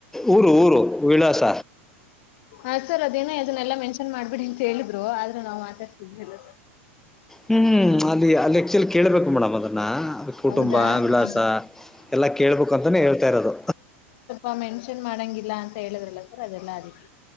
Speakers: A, in the centre; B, on the left (about 55°).
A: ಊರು ಊರು ವಿಳಾಸ
B: ಹ ಸರ್ ಅದೇನ ಅದನ್ನಲ್ಲ ಮೆನ್ಷನ್ ಮಾಡ್ಬಿಡಿ ಅಂತ ಹೇಳಿದ್ರು ಆದ್ರೂ ನಾ್ ಮಾತಾಡ್ತಿದವಿ ಎಲ್ಲ
A: ಹ್ಮ್ಮ್ ಹ್ಮ್ ಅಲ್ಲಿ ಅಲ್ಲಿಕ್ ಚಲ್ ಕೇಳಳ್ಬೇಕು ಮೇಡಮ್ ಅದನ್ನ ಅ ಕುಟುಂಬ
B: ಹೌದಾ
A: ವಿಳಾಸ
B: ಹ
A: ಎಲ್ಲ ಕೇಳ್ಬೇಕು ಅಂತೇ ಹೇಳ್ತಾ ಇರೋದು
B: ಅ ಮೆನ್ಷನ್ ಮಾಡಂಗಿಲ್ಲ ಅಂತ ಹೇಳುದ್ರಲ್ಲ ಸರ್ ಅದೆಲ್ಲ ಅದಿಕ್ಕೆ